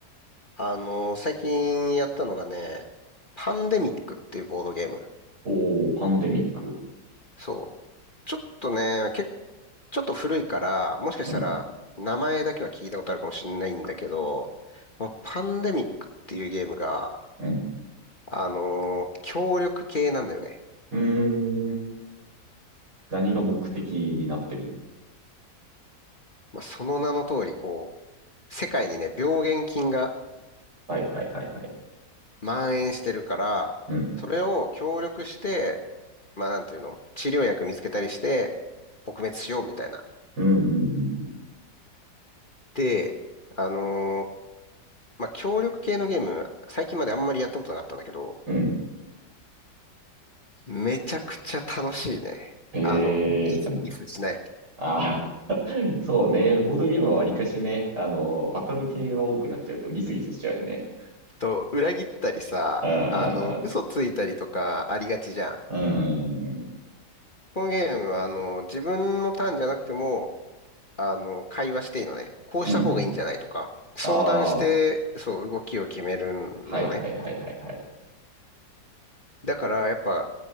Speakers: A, on the left (about 30°); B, on the right (about 70°).
A: あの最近やったのがね、パンデミックっていうボードゲーム。
B: おー、パンデミック。
A: そう。ちょっとね、け、ちょっと古いから、もしかしたら名前だけは聞いたことあるかもしれないんだけど、
B: うん。
A: このパンデミックっていうゲームが、
B: うん。
A: あのー協力系なんだよね。
B: うーん。何が目的になってるの
A: まあ、その名の通り、こう、世界にね、病原菌が
B: はいはいはいはい。
A: 蔓延してるから、
B: うん。
A: それを協力して、まあ、なんていうの、治療薬見つけたりして、撲滅しようみたいな。
B: うん、うん、うん、
A: で、あのーまあ、協力系のゲーム、最近まであんまりやったことなかったんだけど、
B: うん。うん
A: めちゃくちゃ楽しいね。
B: へえ。
A: あの、ギスギスしない。
B: ああ、<laughs> そうね。ボードゲームはわりかしね、あの、バトル系が多くなっちゃうとギスギスしちゃうよね。
A: と、裏切ったりさ、
B: うん
A: あの、
B: う
A: 嘘ついたりとかありがちじゃん。
B: んうん。うんうんうん。
A: このゲームは、あの、自分のターンじゃなくても、あの、会話していいのね。こうした方がいいんじゃないとか、
B: うんうん。
A: 相談して、
B: ああ、
A: そう、動きを決めるのね。
B: はいはいはいはいはい。
A: だから、やっぱ、